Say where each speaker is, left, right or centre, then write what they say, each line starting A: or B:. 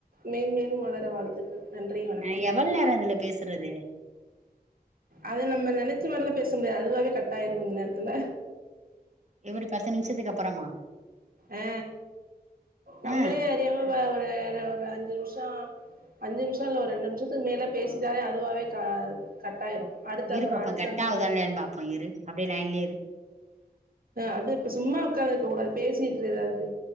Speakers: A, on the right; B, on the right.
A: மென்மேலும் வளர வாழ்த்துக்கள் நன்றி வணக்கம்
B: ஆ எவ்வளவு நேரம் இதுல பேசுறது
A: அது நம்ம நெனச்ச மாதிரிலாம் பேச முடியாது அதுவாவே கட் ஆயிரும் கொஞ்சோ நேரத்துல
B: எப்டி பத்து நிமிஷத்துக்கு அப்புறமா
A: ஆ நம்மளே
B: ஆ
A: அறியாம அ ஒரு ஒரு அஞ்சு நிமிஷம் அஞ்சு நிமிஷம் இல்ல ஒரு ரெண்டு நிமிஷத்துக்கு மேல பேசிட்டாலே அதுவாவே கட் ஆயிரும் அடுத்த
B: இரு
A: அப்ரோ
B: பாப்போ
A: அடுத்த
B: கட்
A: நம்ம
B: ஆவுதா இல்லையான்னு பாப்போ இரு அப்டியே லைன்லயே இரு
A: அது இப்ப சும்மா உட்காந்துருக்க கூடாது பேசிட்டு இரு ஏதாவது